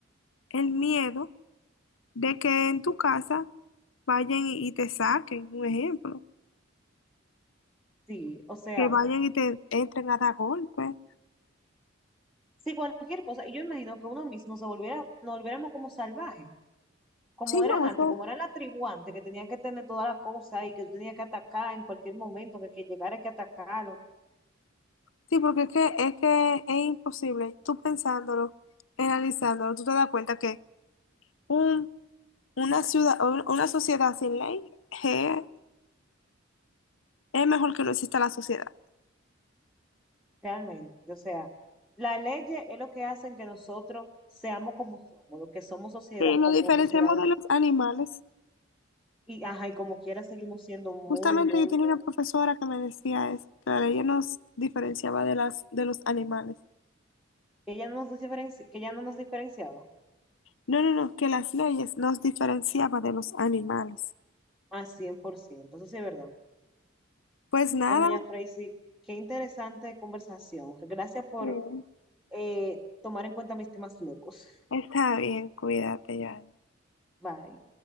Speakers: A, on the left; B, in the centre.
A: el miedo de que en tu casa vayan y, y te saquen, un ejemplo.
B: Sí, o sea,
A: Que vayan y te entren a dar golpes.
B: sí, cualquier cosa. Y yo imagino que uno mismo se volviera, nos volviéramos como salvajes, como
A: Sí, no,
B: eran antes,
A: eso,
B: como era la tribu antes, que tenían que tener toda la cosa y que tenía que atacar en cualquier momento, que quien llegara hay que atacarlo,
A: sí, porque es que, es que es imposible. Tú pensándolo, analizándolo, tú te das cuenta que un, una ciudad, una sociedad sin ley je, es mejor que no exista la sociedad.
B: realmente. O sea, las leyes es lo que hacen que nosotros seamos como somos, lo que somos sociedad,
A: Sí, nos
B: como
A: diferenciamos
B: sociedad. hoy
A: de los
B: día.
A: animales.
B: Y, ajá, y como quiera seguimos siendo muy,
A: Justamente
B: muy,
A: yo tenía
B: muy,
A: una profesora que me decía eso, que la ley nos diferenciaba de las, de los animales.
B: que ya no nos diferenci- que ya no nos diferenciaba
A: No, no, no, que las leyes nos diferenciaba de los animales.
B: a cien por ciento eso sí es verdad.
A: Pues nada,
B: Bueno, ya, Tracy, qué interesante conversación. Gracias por
A: Sí.
B: eh, tomar en cuenta mis temas locos.
A: está bien, cuídate ya.
B: Bye.